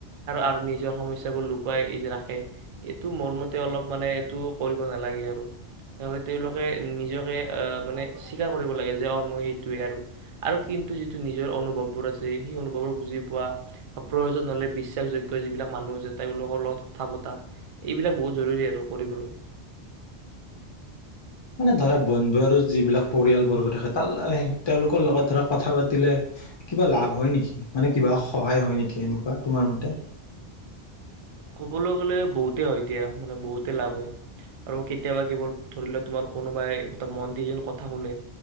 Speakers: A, on the right (about 55°); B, on the left (about 50°).
A: আৰু নিজৰ সমস্যাবোৰ লুকুৱাই ৰাখে এইটো মোৰ মতে অলপ মানে এইটো কৰিব নালাগে আৰু তেওঁলোকে নিজকে মানে স্বীকাৰ কৰিব লাগে যে অ মই সেইটোৱে আৰু আৰু কিন্তু যিটো নিজৰ অনুভৱবোৰ আছে সেই অনুভৱবোৰ বুজি পোৱা প্ৰয়োজন হলে বিশ্বাসযোগ্য যিবিলাক মানুহ আছে তেওঁলোকৰ লগত কথা পতা এইবিলাক বহুত জৰুৰী আৰু কৰিবলৈ
B: মানে ধৰা বন্ধু আৰু যিবিলাক পৰিয়ালবৰ্গ থাকে তাৰ তেওঁলোকৰ লগত ধৰা কথা পাতিলে কিবা লাভ হয় নেকি মানে কিবা সহায় হয় নেকি এনেকুৱা তোমাৰ মতে
A: ক'বলৈ গ'লে বহুতেই হয় দিয়া মানে বহুতেই লাভ হয় আৰু কেতিয়াবা কেৱল ধৰি লোৱা তোমাৰ কোনোবাই মন দি যেন কথা শুনে